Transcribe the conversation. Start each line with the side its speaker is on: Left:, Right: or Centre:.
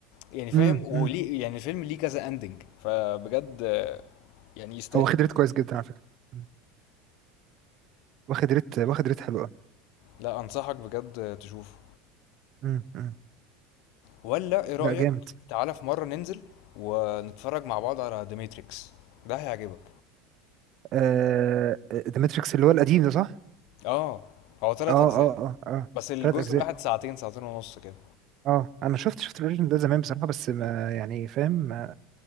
Left: يعني فاهم
Right: امم
Left: وليه
Right: امم
Left: يعني الفيلم ليه كذا اندنج فبجد آه، يعني يستاهل
Right: هو واخد ريت كويس جدا على فكره مم. واخد ريت واخد ريت حلو قوي
Left: لا انصحك بجد آه، تشوفه
Right: امم امم
Left: ولا ايه رأيك
Right: لا جامد
Left: تعالى في مرة ننزل ونتفرج مع بعض على ذا ماتريكس ده هيعجبك
Right: آه ذا ماتريكس اللي هو القديم ده صح
Left: اه هو تلات
Right: اه
Left: اجزاء
Right: اه اه اه
Left: بس الجزء
Right: ثلاث اجزاء
Left: الواحد ساعتين ساعتين ونص كده
Right: اه انا شفت شفت الاوريجين ده زمان بصراحه بس ما يعني فاهم